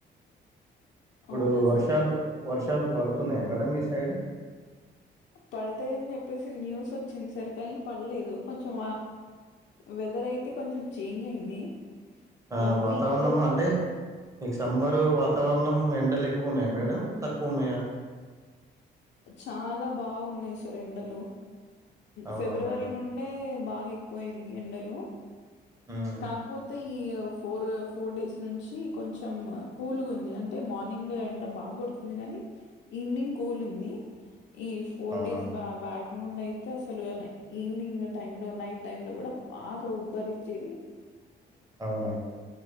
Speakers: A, on the right; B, on the left.
A: ఇప్పుడు
B: అవునా
A: వర్షాలు
B: సార్
A: వర్షాలు పడుతున్నాయ మేడమ్ మీ సైడ్
B: పడతాయని చెప్పేసి న్యూస్ వచ్చినంది సార్ కానీ పడలేదు కొంచెం వెదర్ అయితే కొంచెం చేంజ్ అయింది
A: ఆ
B: వన్
A: వాతావరణం
B: వీక్
A: అంటే మీకు సమ్మరు వాతావర నమ్ ఎన్ ఎక్కువ ఉన్నాయి మేడం తక్ కున్నయ
B: చాలా బాగున్నాయి సార్ ఎండలు
A: అవునా
B: ఫిబ్రవరి
A: మేడం
B: నుండే బాగ ఎక్కువయింది ఎండలు
A: ఉమ్,
B: కాపోతే ఈ ఫోర్ ఫోర్ డేస్ నుంచి కొంచెం కూల్గ ఉంది అంటే మార్నింగ్ ఎండ బాగా కొడుతుంది కాగాని ఈవినింగ్ కూల్ ఉంది ఇ ఫోర్
A: అవునా
B: డేస్
A: మేడం?
B: బా బ్యాక్ <unintelligible> అయితే అసలు ఈవినింగ్ టైమ్ లో నైట్ టైమ్ లో కూడ బాగా ఉబ్బరి ఇచ్చేది
A: అవున